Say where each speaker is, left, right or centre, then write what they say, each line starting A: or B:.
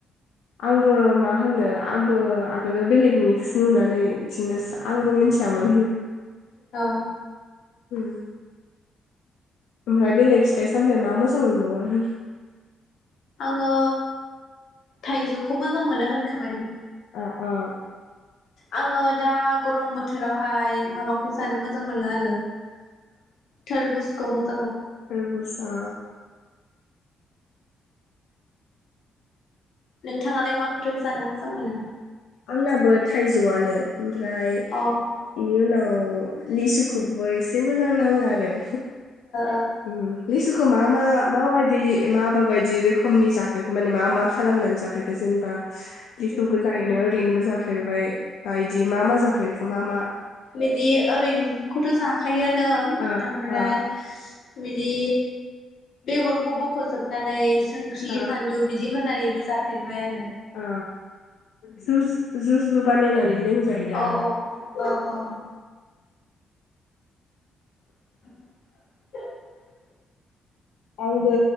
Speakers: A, on the left; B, on the left.
A: आंबो मा होनो आंबो आगोलो बेलेगनिसो नुनानै बिदिनो आंबो मिथियामोन।
B: औ
A: उम ओमफ्राय बेलेग फिथाइ सामथायाइ मा मोजां मोनबावो
B: आङो थाइजौखौ मोजां मोनो होनोखोम
A: आ अ
B: आङो दा गरम बोथोरावहाय माबाखौ जानो मोजां मोनो आरो थारबुज खौमोज
A: थारबुज ओ
B: नोंथाङालाय माखौथ' जानो मोजां मोनो
A: आंनाबो थाइजौआनो ओमफ्राय बेनि
B: अ ओ
A: उनाव लिसुखौबो एसे मोजां नाङो आरो
B: ओ
A: उम लिसुखौ मा मा माबादि मा माबाबायद दि रोखोमनि जाफेरखो माने मा मा खालामनानै जाफेरखो जेनेबा लिसु
B: उम
A: गोजायैनो
B: उम
A: ओरैनोबो जाफेर जेनेबाय बायदि मा मा जाफेरखो मा मा
B: बिदि ओरैंखौथ' जा खायोन नो
A: ओ
B: ओमफ्राय
A: ओ
B: बिदि बेगरखौ बख'जोबनानै संख्रि
A: ओ
B: फानलु बिदि होन होनानैबो जाफेरबाय आरो
A: आ जुज जु बो बानायनानै लोंजायो दा
B: औ
A: <inaudible>
B: औ औ औ <inaudible>
A: आंबो